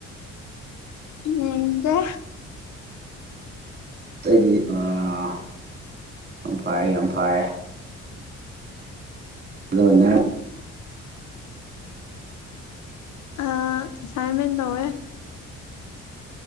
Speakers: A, on the left; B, on the right.
A: ꯌꯦꯡꯗꯦ
B: ꯑꯇꯩꯗꯤ ꯑꯥ ꯌꯥꯝ ꯐꯔꯦ ꯌꯥꯝ ꯐꯔꯦ ꯑꯗꯣ ꯅꯪ
A: ꯑꯥ ꯁꯥꯏꯃꯦꯟ ꯇꯧꯋꯦ